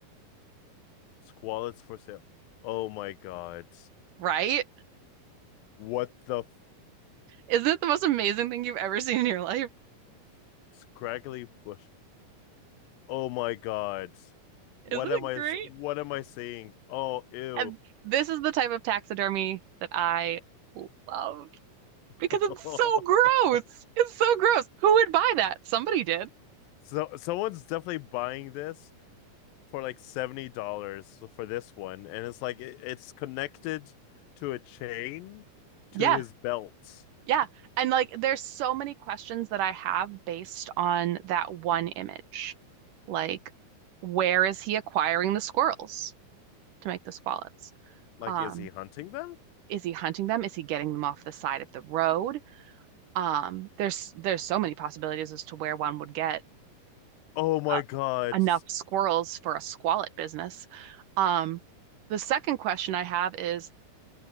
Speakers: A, on the left (about 75°); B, on the right (about 70°).
A: Squalets for sale. Oh my God.
B: right?
A: What the
B: Isn't it the most amazing thing you've ever seen in your life?
A: Scraggly bush. Oh my God. What
B: Isn't
A: am
B: it
A: I?
B: great?
A: what am I saying? Oh, ew.
B: And this is the type of taxidermy that I love
A: <laughs>
B: because it's so gross. It's so gross. Who would buy that? Somebody did.
A: So someone's definitely buying this for like $70 for this one and it's like it, it's connected to a chain to
B: Yeah.
A: his belt.
B: Yeah. And like there's so many questions that I have based on that one image. Like, where is he acquiring the squirrels to make the squallets?
A: Like
B: Um,
A: is he hunting them?
B: is he hunting them? Is he getting them off the side of the road? Um, there's there's so many possibilities as to where one would get
A: Oh my
B: uh,
A: God.
B: enough squirrels for a squallet business. Um, the second question I have is,